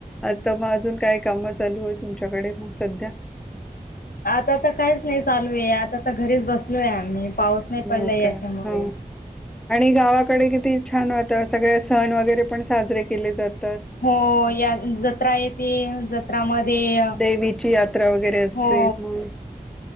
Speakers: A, in the centre; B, on the left.
A: आता मग अजून काय कामं चालूय तुमच्याकडे मग सध्या?
B: आता तर काहीच नाही चालूय आता तर घरीच बसलोय आम्ही पाऊस नाही
A: हो
B: पडलाय याच्यामुळे
A: का ह आणि गावाकडे किती छान वातावरण सगळे सण वगैरे पण साजरे केले जात
B: होय या जत्रा येती या जत्रामध्ये
A: देवीची यात्रा वगैरे असते.
B: हो
A: मग